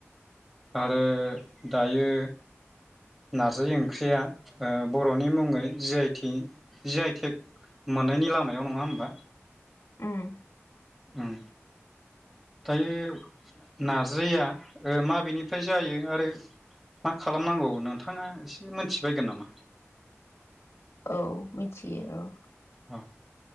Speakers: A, in the centre; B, on the left.
A: आरो दायो नारजि ओंख्रिया ओ बर'नि मुङै जि आइ थ जि आइ थेक मोननायनि लामायाव नङा होमबा।
B: उम
A: उम दायो नारजिया माबेनिफ्राय जायो आरो मा खालामनांगौ नोंथाङा एसे मोनथिबायगोन नामा?
B: औ मिथियो औ।
A: औ